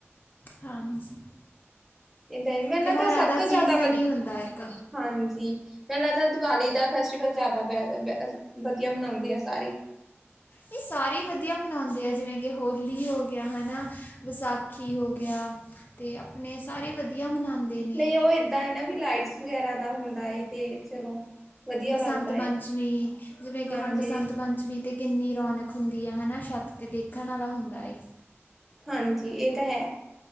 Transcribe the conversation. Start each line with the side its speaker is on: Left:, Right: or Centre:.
Left: ਹਾਂਜੀ।
Centre: ਏਦਾਂ ਹੀ ਮੈਨੂੰ
Left: ਤਿਉਹਾਰਾਂ
Centre: ਲਗਦਾ ਸਭ
Left: ਦਾ
Centre: ਤੋਂ
Left: ਸੀਜ਼ਨ
Centre: ਜ਼ਿਆਦਾ
Left: ਹੀ ਹੁੰਦਾ ਇੱਕ
Centre: ਹਾਂਜੀ, ਮੈਨੂੰ ਲੱਗਦਾ ਦਿਵਾਲੀ ਦਾ ਫੈਸਟੀਵਲ ਜ਼ਿਆਦਾ ਬੈ ਵਧੀਆ ਮਨਾਉਂਦੇ ਆ ਸਾਰੇ।
Left: ਇਹ ਸਾਰੇ ਹੀ ਵਧੀਆ ਮਨਾਉਂਦੇ ਆ, ਜਿਵੇਂ ਕਿ ਹੋਲੀ ਹੋ ਗਿਆ ਹਨਾ ਵਿਸਾਖੀ। ਸਾਖੀ ਹੋ ਗਿਆ, ਤੇ ਆਪਣੇ ਸਾਰੇ ਵਧੀਆ ਮਨਾਉਂਦੇ ਨੇ
Centre: ਨਹੀਂ ਉਹ ਏਦਾਂ ਏ ਨਾ ਵੀ ਲਾਈਟਸ ਵਗੈਰਾ ਦਾ ਹੁੰਦਾ ਹੈ ਏ ਤੇ, ਚਲੋ। ਵਧੀਆ
Left: ਬਸੰਤ
Centre: ਲੱਗਦਾ ਏ
Left: ਪੰਚਮੀ, ਜਿਵੇਂ
Centre: ਹਾਂਜੀ-ਹਾਂਜੀ
Left: ਕਿ ਹੁਣ ਬਸੰਤ ਪੰਚਮੀ ਤੇ ਕਿੰਨੀ ਰੌਣਕ ਹੁੰਦੀ ਆ ਹਨਾ, ਛੱਤ 'ਤੇ ਦੇਖਣ ਆਲਾ ਹੁੰਦਾ ਏ।
Centre: ਹਾਂਜੀ, ਇਹ ਤਾਂ ਹੈ,